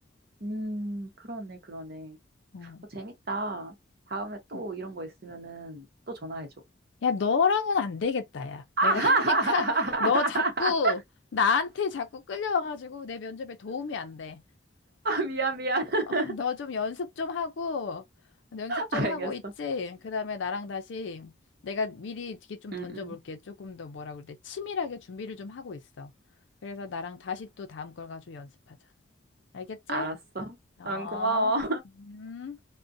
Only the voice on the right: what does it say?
음, 그러네, 그러네.
어, 재밌다. 다음에 또
이런 거 있으면은 또 전화해줘.
아,
<laughs>
미안, 미안.
<laughs>
알겠어.
응,
응.
알았어.
응, 고마워.